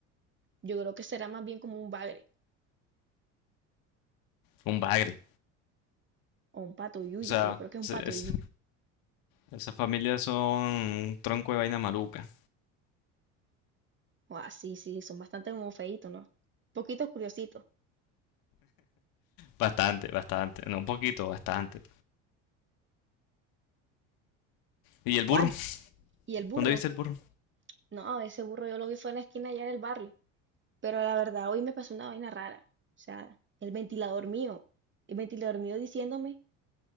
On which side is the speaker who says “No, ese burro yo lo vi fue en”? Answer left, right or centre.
Right